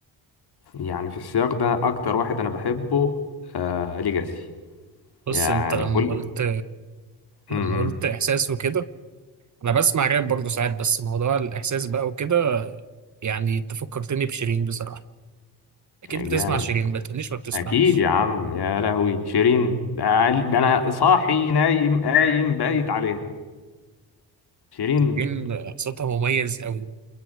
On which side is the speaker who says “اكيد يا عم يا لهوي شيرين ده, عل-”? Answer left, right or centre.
Left